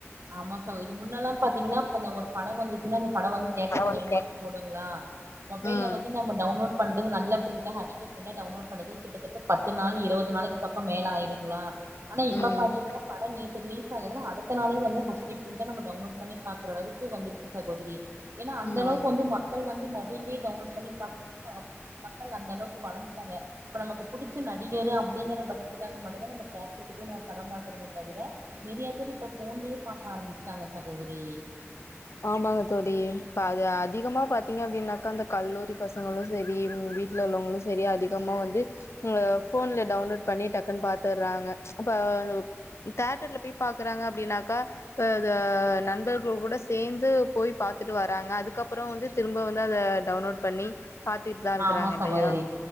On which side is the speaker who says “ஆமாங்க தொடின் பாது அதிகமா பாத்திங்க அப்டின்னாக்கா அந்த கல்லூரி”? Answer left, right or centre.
Left